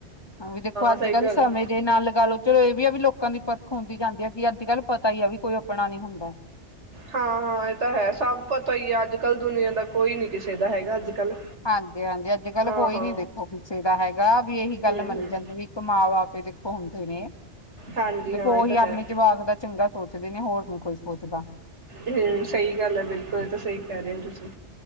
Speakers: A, on the left; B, on the right.
A: ਹਾਂ ਵੀ ਦੇਖੋ ਅੱਜ
B: ਸਹੀ
A: ਕੱਲ੍ਹ
B: ਗੱਲ
A: ਸਮੇਂ
B: ਹੈ
A: ਦੇ ਨਾਲ ਲਗਾ ਲੋ। ਵੀ ਆ ਵੀ ਲੋਕਾਂ ਦੀ ਪਰਖ ਹੁੰਦੀ ਜਾਂਦੀ ਹੈ ਕਿ ਅੱਜ ਕੱਲ ਪਤਾ ਹੀ ਆ ਵੀ ਕੋਈ ਆਪਣਾ ਨੀ ਹੁੰਦਾ।
B: ਹਾਂ -ਹਾਂ ਇਹ ਤਾਂ ਹੈ ਸਭ ਪਤਾ ਹੀ ਹੈ ਅੱਜ ਕੱਲ੍ਹ ਦੁਨੀਆਂ ਦਾ ਕੋਈ ਨੀ ਕਿਸੇ ਦਾ ਹੈਗਾ ਅੱਜ ਕੱਲ੍ਹ
A: ਹਾਂਜੀ- ਹਾਂਜੀ ਅੱਜ ਕੱਲ੍ਹ
B: ਹਾਂ
A: ਕੋਈ
B: ਹਾਂ
A: ਨੀ ਦੇਖੋ ਕਿਸੇ ਦਾ ਹੈਗਾ ਵੀ ਇਹੀ ਗੱਲ
B: ਹਮ
A: ਮੰਨੀ
B: ਹਮ
A: ਜਾਂਦੀ ਇੱਕ ਮਾਂ-ਬਾਪ ਦੇਖੋ ਹੁੰਦੇ ਨੇ।
B: ਹਾਂਜੀ
A: ਦੇਖੋ
B: ਹਾਂ ਇਹ
A: ਉਹੀ
B: ਤਾਂ ਹੈ
A: ਆਪਣੇ ਜਵਾਕ ਦਾ ਚੰਗਾ ਸੋਚਦੇ ਨੇ ਹੋਰ ਨ ਕੋਈ ਸੋਚਦਾ।
B: ਹੂੰ ਸਹੀ ਗੱਲ ਹੈ ਬਿਲਕੁਲ ਇਹ ਤਾਂ ਸਹੀ ਕਹਿ ਰਹੇ ਹੋ ਤੁਸੀਂ